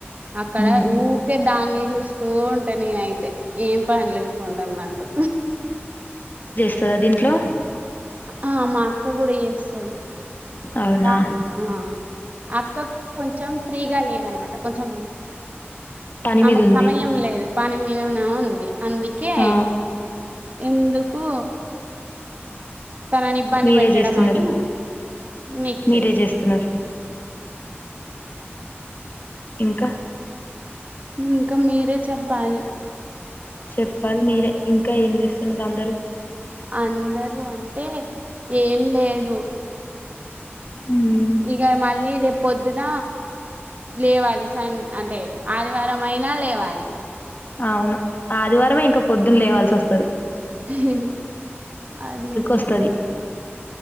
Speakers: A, on the right (about 35°); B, on the left (about 45°).
A: అక్కడ
B: హుహు.
A: ఊరికే దాన్ని చూస్త తూ ఉంటా నేనైతే ఏం పని లేకుండాన్నట్టు
B: అ దీంట్లో
A: ఆ మా అక్క కూడా చేస్తది
B: అవునా?
A: వ ఆ అక్క కొంచెం ఫ్రీగా లేదనమాట ప్రపంచం
B: పని
A: ఆమె
B: మీదుంది.
A: కు సమయం లేదు పని మీదనే ఉంది అందుకే
B: ఆ!
A: ఎందుకు తనని ఇబ్బంది
B: మీరే
A: పెట్టడం
B: జేస్తున్నారు.
A: అని మీక్
B: మీరే
A: చేసి
B: జేస్తున్నారు. ఇంకా
A: ఇంకా మీరే చెప్పాలి
B: చెప్పాలి మీరే ఇంకా ఏం చేస్తున్నరూ అందరూ
A: అందరు అంటే ఏం లేదు
B: మ్మ్
A: ఇక మళ్ళీ రేపు పొద్దున లేవాలి స అంటే ఆదివారం అయినా లేవాలి
B: అవును ఆదివారమే ఇంకా పొద్దున్న లేవాల్సి వస్ పది
A: హ అది కదా
B: వస్తది